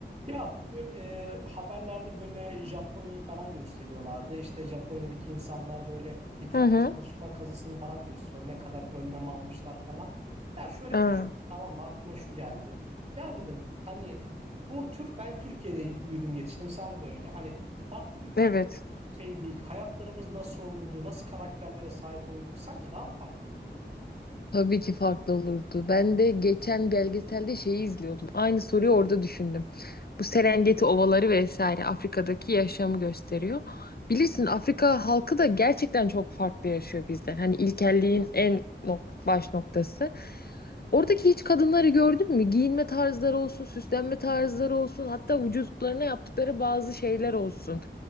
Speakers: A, on the right; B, on the left.
A: Ya bugün e, haberlerde böyle Japonya'yı falan gösteriyorlardı. İşte Japonya'daki insanlar böyle bir tane
B: Hı hı.
A: çalışma kazısını falan gösteriyor. Ne kadar önlem almışlar falan. Ya şöyle
B: Aa,
A: bir düşün. Tamam mı? Aklıma şu geldi. Ya dedim hani bu Türk ben Türkiye'de büyüdüm yetiştim. Sen de öyle. Hani farklı bir kültür
B: evet.
A: şeydi. Hayatlarımız nasıl olurdu? Nasıl karakterlere sahip olurduk? Sence daha mı farklı olurdu?
B: Tabii ki farklı olurdu. Ben de geçen belgeselde şeyi izliyordum. Aynı soruyu orada düşündüm. Bu Serengeti ovaları vesaire Afrika'daki yaşamı gösteriyor. Bilirsin Afrika halkı da gerçekten çok farklı yaşıyor bizden. Hani ilkelliğin en nok- baş noktası. Oradaki hiç kadınları gördün mü? Giyinme tarzları olsun, süslenme tarzları olsun, hatta vücutlarına yaptıkları bazı şeyler olsun.